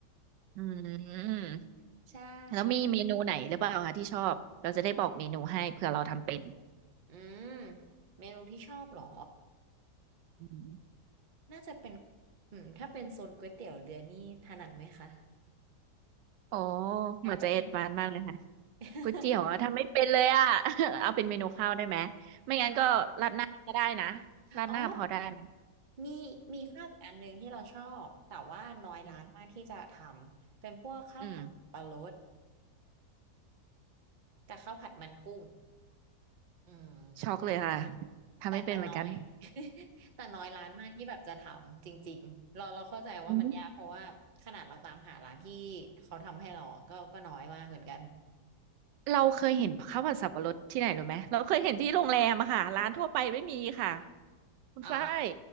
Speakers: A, on the right; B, on the right.
A: อืม
B: <laughs> ใช่
A: แล้วมีเมนูไหนหรือเปล่าคะที่ชอบเราจะได้บอกเมนูให้เผื่อเราทำเป็น
B: อืมเมนูที่ชอบเหรอ
A: อืม
B: น่าจะเป็นอืมถ้าเป็นโซนก๋วยเตี๋ยวเรือนี่ถนัดไหมคะ
A: โอ้เหมือนจะเอ็ดบานมากเลยค่ะ
B: ยากไปไหม <laughs>
A: ก๋วยเตี๋ยวอะทำไม่เป็นเลยอะ <laughs> เอาเป็นเมนูข้าวได้ไหมไม่งั้นก็ราดหน้าก็ได้นะ
B: ได้
A: ราดหน้าพอได้ไหม
B: อ๋อมีมีข้าวอีกอันหนึ่งที่เราชอบแต่ว่าน้อยร้านมากที่จะทำเป็นพวกข้าวผัดสับปะรด
A: อืมอืม
B: กับข้าวผัดมันกุ้งอืม
A: ช็อกเลยค่ะทำไม่เป็นเหมือนกัน
B: แต่แต่น้อย <laughs> แต่น้อยร้านมากที่แบบจะทำจริงๆเราเราเข้าใจว่ามันยากเพราะว่าขนาดเราตามหาร้านที่
A: อืม
B: เขาทำให้เราก็ก็น้อยมากเหมือนกัน
A: เราเคยเห็นข้าวผัดสับปะรดที่ไหนรู้ไหมเราเคยเห็นที่โรงแรมอะค่ะร้านทั่วไปไม่มีค่ะคุณฝ้าย
B: อ๋อ